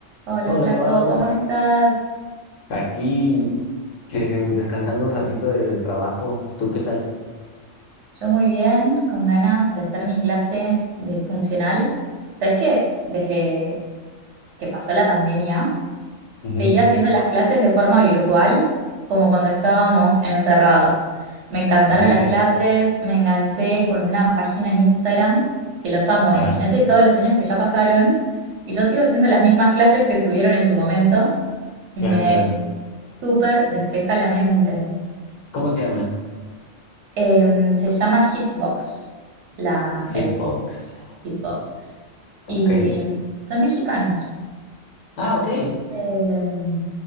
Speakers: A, on the right; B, on the left.
A: Hola
B: Hola
A: Flaco,
B: Pau,
A: ¿cómo estás?
B: aquí que- descansando un ratito del trabajo. ¿Tú qué tal?
A: Yo muy bien, con ganas de hacer mi clase de funcional. ¿Sabes que Desde que pasó la pandemia,
B: Ujú.
A: seguí haciendo las clases de forma virtual, como cuando estábamos encerrados. Me encantaron
B: Ok,
A: las clases, me enganché con una página en Instagram que los amo.
B: ajá,
A: Imagínate todos los años que ya pasaron y yo sigo haciendo las mismas clases que subieron en su momento y
B: claro,
A: me
B: claro.
A: súper despeja la mente.
B: ¿Cómo se llama?
A: Em, se llama Hitbox, la,
B: Hitbox.
A: el Hitbox.
B: Ok.
A: Y son mexicanos.
B: Ah, ok.
A: Em,